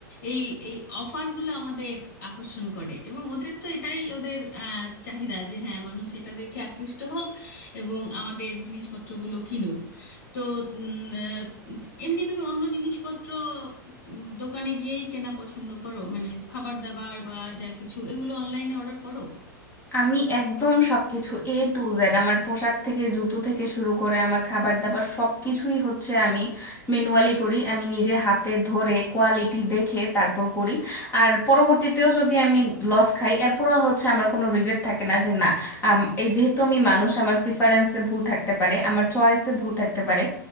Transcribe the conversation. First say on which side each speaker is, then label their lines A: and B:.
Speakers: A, on the left (about 55°); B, on the left (about 20°).
A: এই এই অফারগুলো আমাদের আকর্ষণ করে এবং ওদের তো এটাই ওদের আহ, চাহিদা যে হ্যাঁ মানুষ এটা দেখে আকৃষ্ট হোক এবং আমাদের জিনিসপত্রগুলো কিনুক তো উম, আহ, এমনি তুমি অন্য জিনিসপত্র উম, দোকানে গিয়েই কেনা পছন্দ করো মানে খাবার দাবার বা যা কিছু এগুলো অনলাইনে অর্ডার করো
B: আমি একদম সবকিছু এ টু জেড আমার পোশাক থেকে জুতো থেকে শুরু করে আমার খাবার দাবার সবকিছুই হচ্ছে আমি ম্যানুয়ালি করি আমি নিজে হাতে ধরে কোয়ালিটি দেখে তারপর করি আর পরবর্তীতেও যদি আমি লস খাই এরপরও হচ্ছে আমার কোনো রিগ্রেট থাকে না যে না আম, এই যেহেতু আমি মানুষ আমার প্রিফারেন্সে ভুল থাকতে পারে আমার চয়েসে ভুল থাকতে পারে